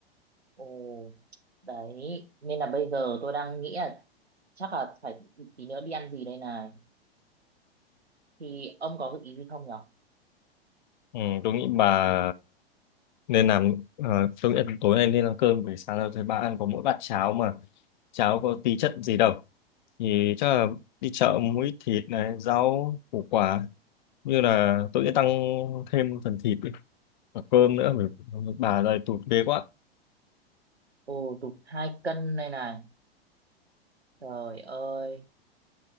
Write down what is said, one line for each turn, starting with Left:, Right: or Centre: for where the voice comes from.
Right: Ồ, đấy, nên là bây giờ tôi đang nghĩ là chắc là phải tí nữa đi ăn gì đây này. Thì ông có gợi ý gì không nhở?
Left: Ừ, tôi nghĩ bà nên làm ờ, tôi nghĩ là tối nay nên ăn cơm buổi sáng rồi thấy bà ăn có mỗi bát cháo mà cháo có tí chất gì đâu thì chắc là đi chợ mua ít thịt này rau củ quả như là tôi
Right: Ừ.
Left: sẽ tăng thêm phần thịt đi và cơm nữa bởi bà đây tụt ghê quá
Right: Ồ, tụt hai cân đây này. Trời ơi,